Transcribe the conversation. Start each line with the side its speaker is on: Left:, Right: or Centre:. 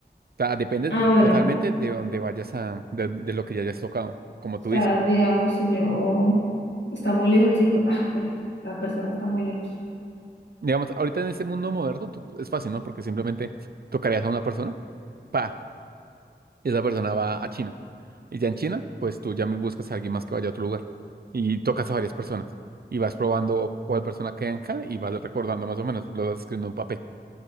Right: sea, depende
Left: Ah,
Right: de-
Left: bueno,
Right: totalmente de donde vayas a, de, de lo que ya hayas tocado, como
Left: está,
Right: tú dices.
Left: digamos, si yo está muy lejos, dijo, ah, bueno, la persona está muy lejos.
Right: Digamos, ahorita en este mundo moderno tú- es fácil, ¿no? Porque simplemente tocarías a una persona, pa, y esa persona va a China. Y ya en China, pues tú ya me buscas a alguien más que vaya a otro lugar y tocas a varias personas y vas probando cuál persona queda en cada y vas recordando más o menos, lo vas escribiendo en un papel.